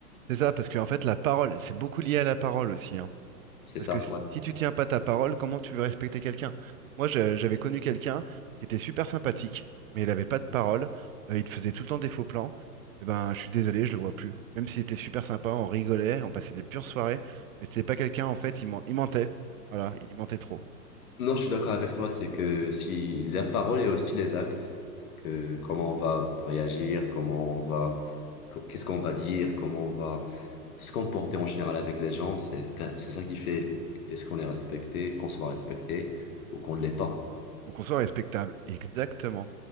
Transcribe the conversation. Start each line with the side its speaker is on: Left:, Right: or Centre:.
Right: C'est ça, parce qu'en fait, la parole, c'est beaucoup lié à la parole aussi. hein.
Left: C'est
Right: Parce
Left: ça,
Right: que si
Left: ouais.
Right: si tu tiens pas ta parole, comment tu veux respecter quelqu'un? Moi, j'a- j'avais connu quelqu'un qui était super sympathique, mais il avait pas de parole, euh, il te faisait tout le temps des faux plans. Eh ben, je suis désolé, je le vois plus. Même s'il était super sympa, on rigolait, on passait des pures soirées, mais c'était pas quelqu'un, en fait, il, men- il mentait. Voilà, il mentait trop.
Left: Non, je suis d'accord avec toi, c'est que si la parole et aussi les actes, que comment on va réagir, comment on va, qu'est-ce qu'on va dire, comment on va se comporter en général avec les gens, c'est, c'est ça qui fait est-ce qu'on est respecté, qu'on soit respecté ou qu'on ne l'est pas.
Right: Faut qu'on soit respectable. Exactement.